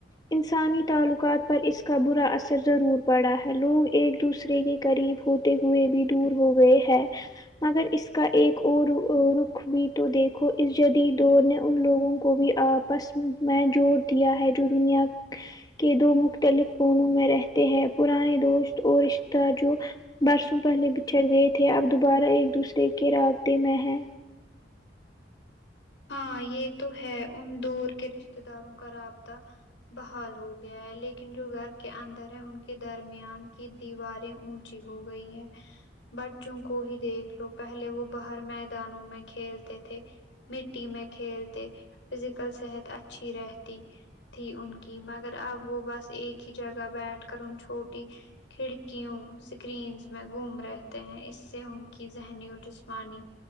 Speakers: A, on the left (about 20°); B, on the left (about 80°).
A: انسانی تعلقات پر اس کا برا اثر ضرور پڑا ہے لوگ ایک دوسرے کے قریب ہو تے ہوئے بھی دور ہو گئے ہے مگر اس کا ایک اور رخ بھی تو دیکھو اس جدید دور نے ان لوگوں کو بھی آپس میں جوڑ دیا ہے جو دنیا کے دو مختلف فونوں میں رہتے ہیں پرانے دوست اور رشتہ جو برسوں پہلے بچھڑ گئے تھے اب دوبارہ ایک دوسرے کے رابطے میں ہے
B: ہاں یہ تو ہے ان دور کے رشتے داروں کا رابطہ بحال ہو گیا ہے لیکن جو گھر کے اندر ہے ان کے درمیان کی دیواریں اون چھی ہو گئی ہے بچوں کو ہی دیکھ لو پہلے وہ باہر میدانوں میں کھیلتے تھے مٹی میں کھیلتے فزیکل صحت اچھی رہتی تھی ان کی مگر اب وہ بس ایک ہی جگہ بیٹھ کر ان چھوٹی کھڑکیوں سکرینس میں گھوم رہتے ہیں اس سے ان کی ذہنی اور جسمانی